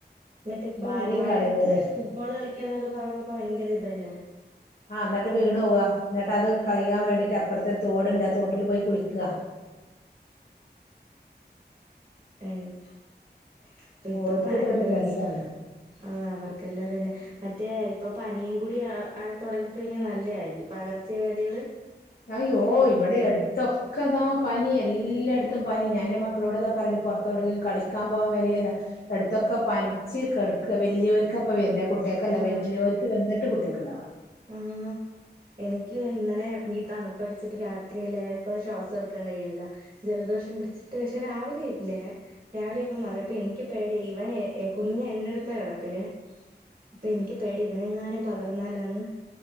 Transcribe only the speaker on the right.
മറ്റേ ഇപ്പം
മഴയത്ത്
ഫുട്ബോള് കളിക്കാന്നൊക്കെ പറയുമ്പോ പ്പം ഭയങ്കര ഇതന്നെ
ഏഹ് ഇപ്പ ഇപ്പ
പ
ഇനിപ്പ ആഹ് അവർക്കെല്ലാതന്നെ മറ്റേ ഇപ്പ പനിയും കൂടി ആ ആയി തൊടങ്ങിക്കഴിഞ്ഞാ നല്ലായിരിക്കു പകർച്ച വ്യദികള്
ആഹ്
ആഹ് എനിക്ക് ഇന്നലെ ഈ തണുപ്പടിച്ചിട്ട് രാത്രിയിലെപ്പ ശ്വാസഎടുക്കാൻ കഴിണ്ല്ല ജലദോഷം പിടിച്ചിട്ട് പക്ഷെ രാവിലെ ഇല്ലേ രാവിലെ ആയ പ്പം മാറി അപ്പം ഇൻക്ക് പേടി ഇവനെ എ കുഞ്ഞി എൻ്റെടുത്താ കെടക്കല് പ്പം ഇൻക്ക് പേടി ഇവനങ്ങാനും പകർന്നാലാന്ന്